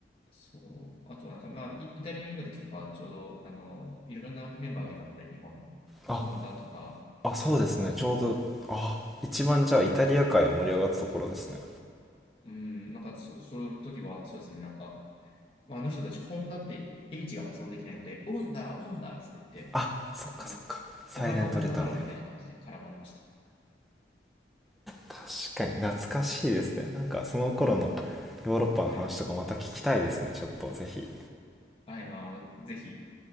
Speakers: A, on the left; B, in the centre.
A: そう、あとはなんか、まあ、イ、イタリアにいた時とか、あのちょうど、あの、いろんなメンバーがいたので、日本の。
B: あ
A: ホンダとか、
B: あそうですねちょうどあ一番じゃあイタリア界は盛り上がったところですね
A: そううん、なんかそ、そういう時は、そうですね、なんか、まあ、あの人たち、ホンダって H が発音できないので、オンダ、オンダっつって言って、
B: あそっかそっかサイレントレターで
A: あの、お前はオンダだろうみたいな感じで絡まれました。
B: 確かに懐かしいですねなんかその頃のヨーロッパの話とかまた聞きたいですねちょっとぜひ
A: はい。はい、まあ、ぜひ、